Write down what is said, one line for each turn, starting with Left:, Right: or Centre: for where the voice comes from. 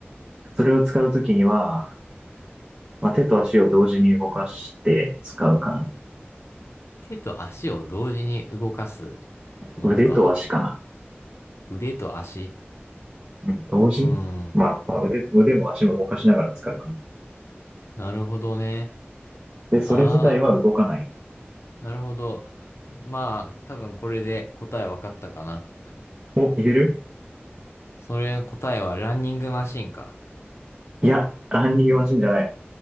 Right: それを使うときには、まあ、手と足を同時に動かして使うかな。
Left: 手と足を同時に動かすものか。
Right: 腕と足かな。
Left: 腕と足。
Right: うん、同時まあ、
Left: うーん、
Right: まあ腕、腕も足も動かしながら使うか
Left: なるほどね。
Right: で、それ自体は動かない。
Left: ああ、なるほど。まあ、多分これで答えわかったかな。
Right: お、いける
Left: それの答えはランニングマシンか。
Right: いや、ランニングマシンじゃない。